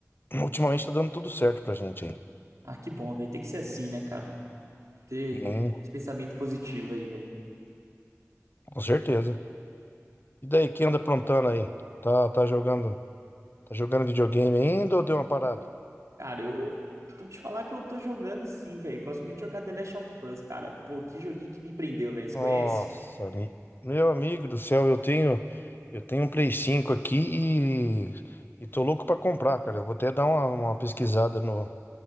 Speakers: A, on the left; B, on the right.
A: <clears throat> Ultimamente tá dando tudo certo pra gente aí.
B: Ah, que bom, velho. Tem que ser assim, né, cara? Ter
A: Hum,
B: esse pensamento positivo aí, velho.
A: com certeza. E daí, quem anda aprontando aí? Tá, tá jogando, tá jogando videogame ainda ou deu uma parada?
B: Cara, eu tô te falar que eu tô jogando sim, velho. Gosto muito de jogar The Last of Us, cara. Pô, que joguinho que me prendeu, velho. Você
A: Nossa,
B: conhece?
A: ami- meu amigo do céu, eu tenho eu tenho um Play 5 aqui e, e tô louco pra comprar, cara. Eu vou até dar uma, uma pesquisada no,